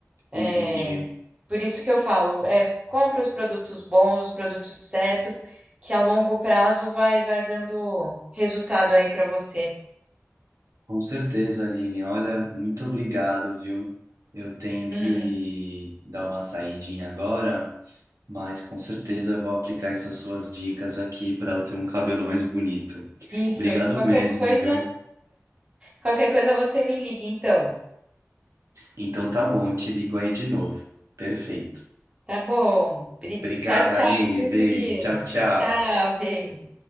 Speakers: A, on the right; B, on the right.
A: É,
B: entendi.
A: por isso que eu falo, é, compra os produtos bons, os produtos certos, que a longo prazo vai, vai dando resultado aí para você.
B: Com certeza, Aline. Olha, muito obrigado, viu? Eu tenho que
A: <laughs>
B: dar uma saidinha agora, mas com certeza eu vou aplicar essas suas dicas aqui para eu ter um cabelo mais bonito.
A: Isso,
B: Obrigado
A: qualquer
B: mesmo,
A: coisa,
B: viu?
A: qualquer coisa você me liga, então.
B: Então tá bom, eu te ligo aí de novo. Perfeito.
A: Tá bom. Bri-
B: Obrigado,
A: Tchau, tchau,
B: Aline.
A: viu,
B: Beijo.
A: Murilo?
B: Tchau, tchau.
A: Tchau, Rei.